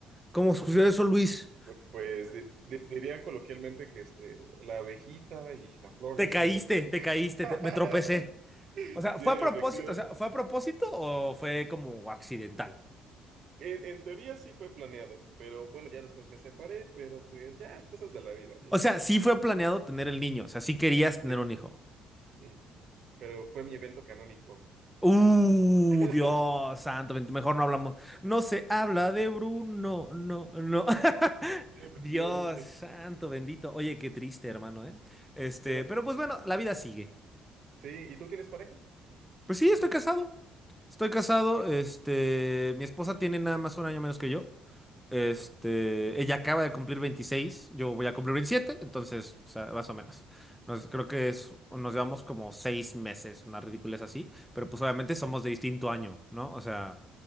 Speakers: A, in the centre; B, on the right.
A: ¿Cómo sucedió eso, Luis?
B: Pues pues, di- di- dirían coloquialmente que este, la abejita y la flor,
A: Te
B: ya
A: caíste,
B: sabes. ¿no?
A: te caíste,
B: <laughs>
A: te- me tropecé. O sea,
B: Sí,
A: ¿fue a
B: efectivamente.
A: propósito? O sea, ¿fue a propósito o fue como accidental?
B: En, en teoría sí fue planeado, pero bueno, ya después me separé, pero pues ya, cosas de la vida, ya
A: O
B: sabes.
A: sea, sí fue planeado tener el niño, o sea, sí querías tener
B: Sí,
A: un hijo.
B: sí, pero fue mi evento canónico.
A: Uh,
B: <laughs>
A: Dios santo, ven- mejor no hablamos. No se habla de Bruno, no, no. <laughs>
B: Sí, efectivamente.
A: Dios santo, bendito. Oye, qué triste, hermano, ¿eh? Este,
B: Pero,
A: pero pues bueno, la vida sigue.
B: sí, ¿y tú tienes pareja?
A: Pues sí, estoy casado. Estoy casado,
B: Ah,
A: este, mi esposa tiene nada más un año menos que yo. Este,
B: Ajá,
A: ella acaba de cumplir veintiséis yo voy a cumplir veintisiete entonces, o sea, más o menos. Nos, creo que es, nos llevamos como seis meses, una ridiculez así, pero pues obviamente somos
B: ajá.
A: de distinto año, ¿no? O sea,